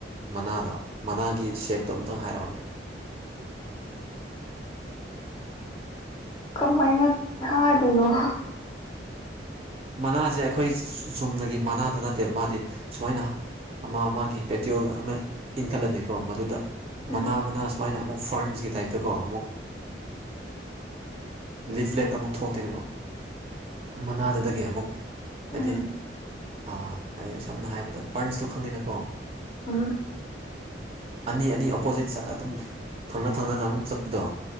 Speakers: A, on the right (about 35°); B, on the left (about 25°).
A: ꯃꯅꯥꯗꯣ ꯃꯅꯥꯒꯤ ꯁꯦꯞꯇꯣ ꯑꯝꯇꯪ ꯍꯥꯏꯔꯛꯎꯅꯦ
B: ꯀꯃꯥꯏꯅ ꯊꯥꯗꯣꯏꯅꯣ
A: ꯃꯅꯥꯁꯦ ꯑꯩꯈꯣꯏ ꯆꯨꯝꯅꯒꯤ ꯃꯅꯥꯗ ꯅꯠꯇꯦꯕ ꯃꯥꯗꯤ ꯁꯨꯃꯥꯏꯅ ꯑꯃ ꯃꯥ ꯄꯦꯇꯤꯌꯣꯜ ꯑꯃ ꯏꯟꯈꯠꯂꯅꯤꯀꯣ ꯃꯗꯨꯗ
B: ꯎꯝ
A: ꯃꯅꯥ ꯃꯅꯥ ꯁꯨꯃꯥꯏꯅ ꯑꯃꯨꯛ ꯐꯔꯟꯁꯀꯤ ꯇꯥꯏꯞꯇꯀꯣ ꯑꯃꯨꯛ ꯂꯤꯐꯂꯦꯠ ꯑꯃꯨꯛ ꯊꯣꯛꯇꯣꯏꯅꯦꯕ ꯃꯅꯥꯗꯨꯗꯒꯤ ꯑꯃꯨꯛ ꯍꯥꯏꯗꯤ
B: ꯎꯝ
A: ꯑꯥ ꯑꯩ ꯁꯝꯅ ꯍꯥꯏꯔꯕꯗ ꯐꯔꯟꯁꯇꯣ ꯈꯪꯉꯤꯅꯀꯣ
B: ꯑ
A: ꯑꯅꯤ ꯑꯅꯤ ꯑꯣꯄꯣꯖꯤꯠ ꯁꯥꯏ ꯑꯗꯨꯝ ꯊꯪꯅ ꯊꯪꯅ ꯑꯃꯨꯛ ꯆꯠꯄꯗꯣ